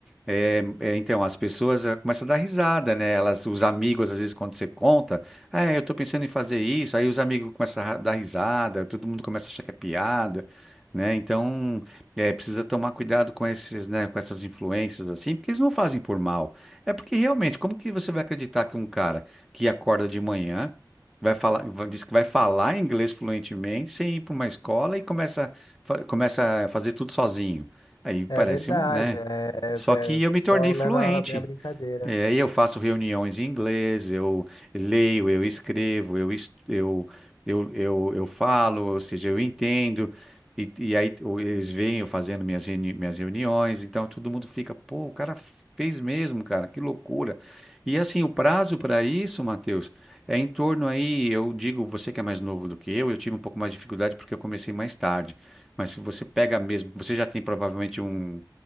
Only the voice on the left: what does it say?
É verdade,
é,
pe-
o
pessoal
leva bem a brincadeira.